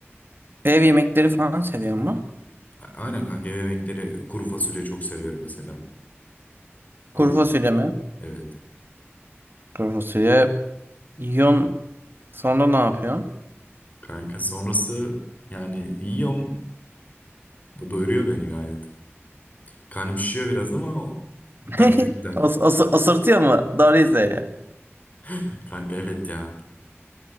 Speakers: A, on the right (about 50°); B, on the left (about 35°).
A: Ev yemekleri falan seviyor mu?
B: A- Aynen kanka ev yemekleri kuru fasulye çok seviyorum mesela. Kuru
A: Kuru
B: fasulye.
A: fasulye mi?
B: Evet.
A: Kuru fasulye yiyorsun sonra ne yapıyorsun?
B: Kanka sonrası yani yiyorum. Bu doyuruyor beni gayet. Karnım şişiyor biraz ama o bence
A: <laughs>
B: güzel.
A: As as asırtıyor mu? Doğruyu söyle.
B: <laughs> Kanka evet ya.